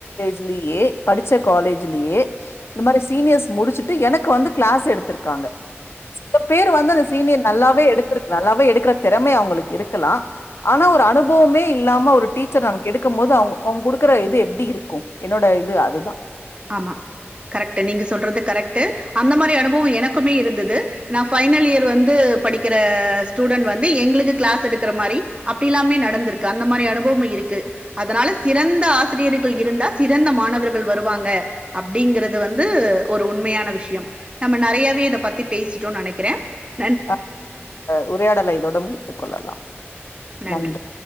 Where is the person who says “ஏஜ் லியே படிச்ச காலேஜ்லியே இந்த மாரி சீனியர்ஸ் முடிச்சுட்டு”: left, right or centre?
Left